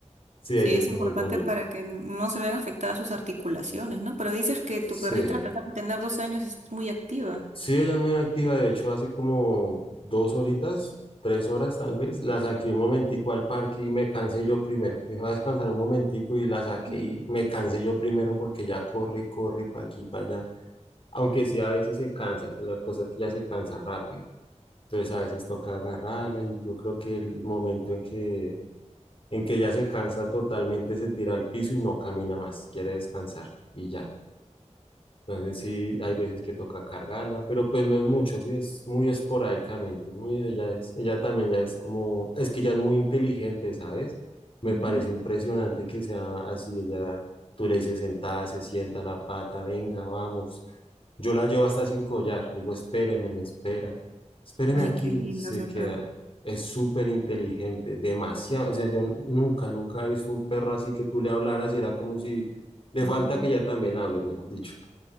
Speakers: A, on the left; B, on the right.
A: Sí,
B: Sí,
A: ellos
B: es
A: son
B: importante
A: muy bonitos.
B: para que no se vean afectadas sus articulaciones, ¿no? Pero dices que tu
A: Sí,
B: perrita, a pesar de tener 12 años, es muy activa.
A: sí, ella es muy activa, de hecho hace como dos horitas, tres horas tal vez, la saqué un momentico al parque y me cansé yo primero. Me iba a descansar un momentico y la saqué
B: Ujú.
A: y me cansé yo primero porque ya corre y corre para aquí, para allá. Aunque sí, a veces se cansa, la cosa es que ya se cansa rápido. Entonces a veces toca agarrarla y yo creo que el momento en que en que ya se cansa totalmente, se tira al piso y no camina más, quiere descansar y ya. Entonces sí, hay veces que toca cargarla, pero pues no es mucho, sí es muy esporádicamente, es muy, ella es, ella también ya es como, es que ella es muy inteligente, ¿sabes? Me
B: Ujú.
A: parece impresionante que sea así, ella, tú le dices sentada, se sienta la pata, venga, vamos. Yo la llevo hasta sin collar, digo, espéreme, me espera, espéreme
B: Ay,
A: aquí,
B: qué linda
A: se
B: esa
A: queda,
B: perra.
A: es súper inteligente, demasiado, o sea, yo nunca, nunca he visto un perro así que tú le hablaras y era como si le
B: Ujú.
A: falta que ella también hable, mejor dicho.